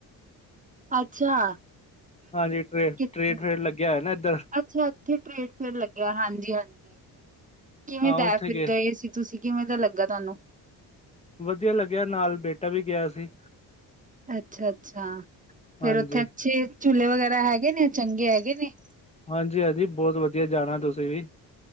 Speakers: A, on the right; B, on the left.
A: ਅੱਛਾ।
B: ਹਾਂਜੀ ਜੀ
A: ਕਿੱਥੇ?
B: ਟਰੇਡ ਫੇਅਡ ਲੱਗਿਆ ਐ ਨਾ ਏਧਰ
A: ਅੱਛਾ ਇੱਥੇ ਟਰੇਡ ਫੇਅਰ ਲੱਗਿਆ ਹਾਂਜੀ ਹਾਂਜੀ ਕਿਵੇਂ
B: ਹਾਂ
A: ਦਾ
B: ਉੱਥੇ
A: ਐ, ਫਿਰ ਗਏ ਸੀ ਤੁਸੀਂ ਕਿਵੇਂ ਦਾ ਲੱਗਾ ਤੁਹਾਨੂੰ?
B: ਵਧੀਆ ਲੱਗਿਆ ਨਾਲ ਬੇਟਾ ਵੀ ਗਿਆ ਸੀ।
A: ਅੱਛਾ-ਅੱਛਾ, ਫੇਰ
B: ਹਾਂਜੀ
A: ਉੱਥੇ ਅੱਛੇ ਝੂਲੇ ਵਗੈਰਾ ਹੈਗੇ ਨੇ ਚੰਗੇ ਹੈਗੇ ਨੇ।
B: ਹਾਂਜੀ ਹਾਂਜੀ ਬਹੁਤ ਵਧੀਆ ਜਾਣਾ ਤੁਸੀਂ ਵੀ।